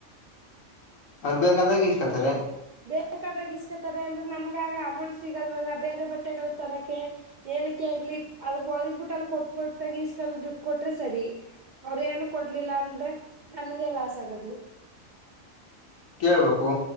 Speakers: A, on the left; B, on the right.
A: ಅವ್ರು ಬೇಕಾದಾಗ ಇಸ್ಕತ್ತಾರೆ
B: ಬೇಕಾದ ಇಸ್ಕೊತಾರೆ ಅಂದ್ರೆ ನಮ್ಗ ಆಗ ಅಮೌಂಟ್ ಸಿಗಲ್ವಲ್ಲ ಬೇರೆ ಬಟ್ಟೆಗಳು ತರಕೆ ಏನಕ್ಕೆ ಆಗ್ಲಿ ಅದ ಹೊಲ್ಬಿಟ್ಟನ್ ಕೊಟ್ಟ ಕೊಟ್ಟತಾಗ ಇಸ್ಕೊಂಡ್ ದುಡ್ ಕೊಟ್ರೆ ಸರಿ ಅವ್ರಏನು ಕೊಡ್ಲಿಲ್ಲ ಅಂದ್ರೆ ನನ್ಗೆ ಲಾಸ್ ಆಗದು
A: ಕೇಳ್ಬೇಕು